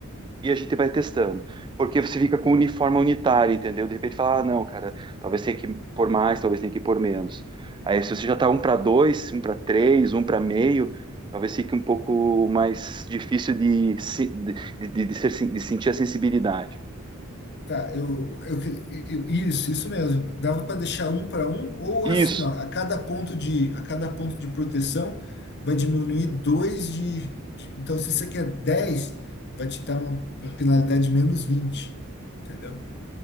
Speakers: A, on the right; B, on the left.
A: e a gente vai testando. Porque você fica com uniforme unitário, entendeu? De repente fala, ah, não, cara, talvez tenha que pôr mais, talvez tenha que pôr menos. Aí se você já tá um para dois, um para três, um para meio, talvez fique um pouco mais difícil de, se- de, de, de ser sen- de sentir a sensibilidade.
B: Tá, eu, eu, eu- isso, isso mesmo. Dava para deixar um para um ou
A: Isso,
B: assim, ó, a cada ponto de a cada ponto de proteção vai diminuir dois de, de- então se você quer 10, vai te dar uma penalidade de menos vinte, entendeu?